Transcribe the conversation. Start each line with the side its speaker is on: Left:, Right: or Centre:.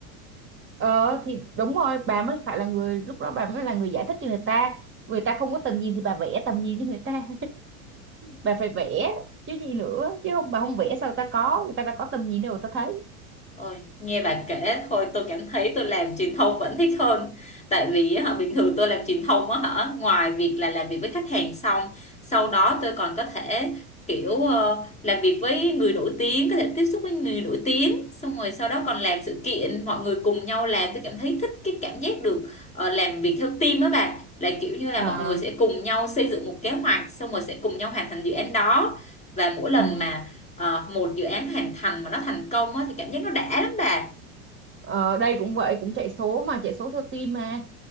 Right: ờ thì đúng rồi bà mới phải là người lúc đó bà mới là người giải thích cho người ta người ta không có tầm nhìn thì bà vẽ tầm nhìn cho người ta bà phải vẽ chứ gì nữa chứ không bà không vẽ sao ta có người ta đã có tầm nhìn đâu người ta thấy
Left: Ôi, nghe bà kể thôi tôi cảm thấy tôi làm truyền thông vẫn thích hơn tại vì á, bình thường tôi làm truyền thông á hả ngoài việc là làm việc với khách hàng xong sau đó tôi còn có thể kiểu ờ, làm việc với người nổi tiếng có thể tiếp xúc với người nổi tiếng xong rồi sau đó còn làm sự kiện mọi người cùng nhau làm tôi cảm thấy thích cái cảm giác được ờ, làm việc theo team á bà là kiểu như là
Right: Ờ,
Left: mọi người sẽ cùng nhau xây dựng một kế hoạch xong rồi sẽ cùng nhau hoàn thành dự án đó và mỗi lần
Right: ừ.
Left: mà ờ, một dự án hoàn thành mà nó thành công á, thì cảm giác nó đã lắm bà
Right: Ờ, đây cũng vậy cũng chạy số mà chạy số theo team mà